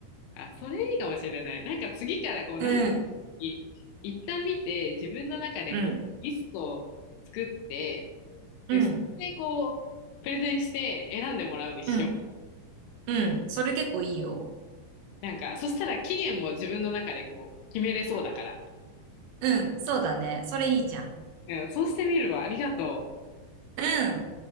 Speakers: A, on the left; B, on the right.
A: あ、それいいかもしれない。なんか次からこう、
B: うん、
A: 何い一旦見て、自分の中でこう、
B: うん、
A: リストを作って、
B: うん、
A: で、それでこう、プレゼンして選んでもらうにしよう。
B: うん、うん。それ結構いいよ。
A: なんか、そしたら期限も自分の中でこう、決めれそうだから。
B: うん、そうだね。それいいじゃん。
A: うん、そうしてみるわ。ありがとう。
B: うん。